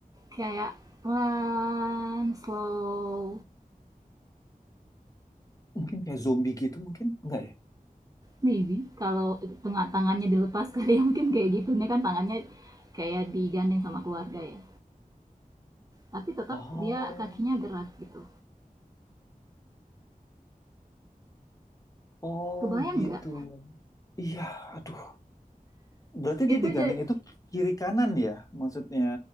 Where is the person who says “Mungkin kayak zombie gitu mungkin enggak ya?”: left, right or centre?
Left